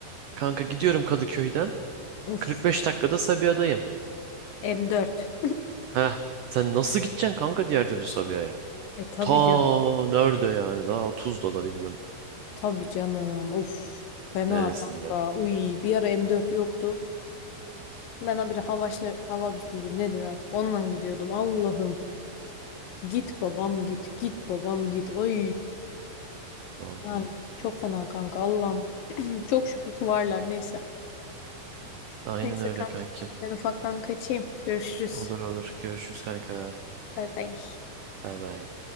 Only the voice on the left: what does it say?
Uf.
M4.
E tabii
canım.
Tabii canım. Uf. Fena
kanka. Uy bir ara M4 yoktu. Ben habire Havaşla Havabüs müdür nedir artık? Ondan gidiyordum. Allah'ım. Git babam git. Git babam git. Ay.
Yani çok fena kanka. Allah'ım. <clears throat> Çok şükür ki varlar. Neyse.
Neyse
kanka.
Ben ufaktan kaçayım. Görüşürüz.
Bay bay.